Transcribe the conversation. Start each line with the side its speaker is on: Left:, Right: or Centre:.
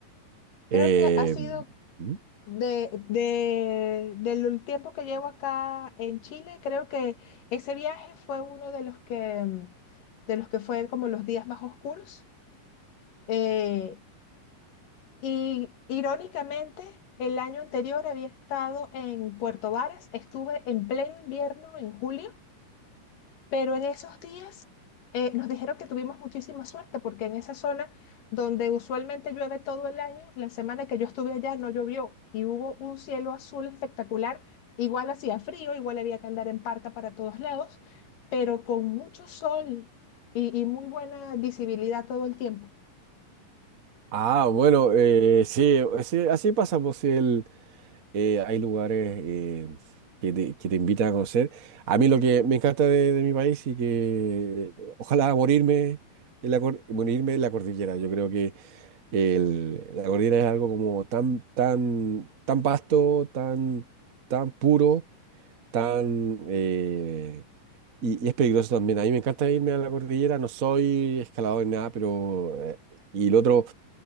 Left: Creo
Right: Eh,
Left: que ha sido
Right: ¿Mm?
Left: de, de- del tiempo que llevo acá en Chile, creo que ese viaje fue uno de los que, mm, de los que fue como los días más oscuros. Eh, y irónicamente, el año anterior había estado en Puerto Varas, estuve en pleno invierno en julio pero en esos días eh, nos dijeron que tuvimos muchísima suerte porque en esa zona donde usualmente llueve todo el año, la semana que yo estuve allá no llovió y hubo un cielo azul espectacular. Igual hacía frío, igual había que andar en parca para todos lados, pero con mucho sol y, y muy buena visibilidad todo el tiempo.
Right: Ah, bueno, eh, sí, sí, así pasa, pues sí, el, eh, hay lugares eh, que te, que te invitan a conocer. A mí lo que me encanta de, de mi país y que eh, ojalá morirme en la, cor- morirme en la cordillera. Yo creo que el- la cordillera es algo como tan, tan, tan vasto, tan, tan puro, tan... eh, y, y es peligroso también. A mí me encanta irme a la cordillera, no soy escalador ni nada, pero... eh, y el otro